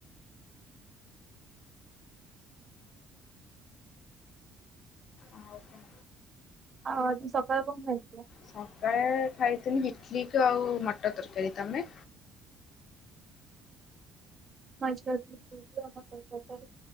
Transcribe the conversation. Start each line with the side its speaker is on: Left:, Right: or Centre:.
Left: ଆଉ କ'ଣ।
Right: ଆଉ ଆଜି ସକାଳେ କଣ ଖାଇଥିଲ?
Left: ସକାଳେ ଖାଇଥିଲି ଇଟିଲି କୁ ଆଉ ମଟର ତରକାରୀ ତମେ।
Right: ମୁଁ ଆଜି ଖାଇଥିଲି ପୁରୀ ଆଉ ମଟର ତରକାରୀ।